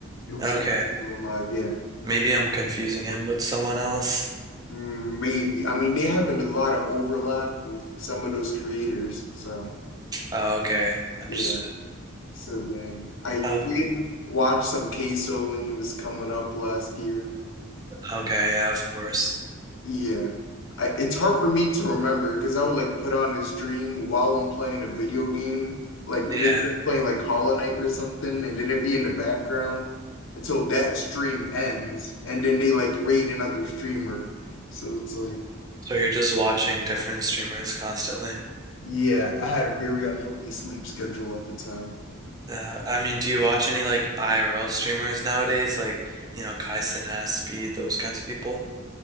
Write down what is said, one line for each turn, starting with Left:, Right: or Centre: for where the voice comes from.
Left: It was
Right: Okay,
Left: RDC World Live, yeah.
Right: maybe I'm confusing him with someone else.
Left: Mm, Maybe. I mean, they haven't a lot of overlap with some of those creators. So,
Right: Oh, okay, understood.
Left: yeah. So then I
Right: Oh,
Left: did watch some Queso when he was coming up last year.
Right: okay, yeah, of course.
Left: Yeah. I, it's hard for me to remember because I would like put on a stream while I'm playing a video game, like
Right: Yeah,
Left: maybe I'm playing like Hollow Knight or something, and then it'd be in the background until that stream ends, and then they like raid another streamer. So it's like,
Right: so you're just watching different streamers constantly.
Left: Yeah, I had a very unhealthy sleep schedule at the time.
Right: Uh, I mean, do you watch any like IRL streamers nowadays, like you know, Kai Cenat, Speed, those kinds of people?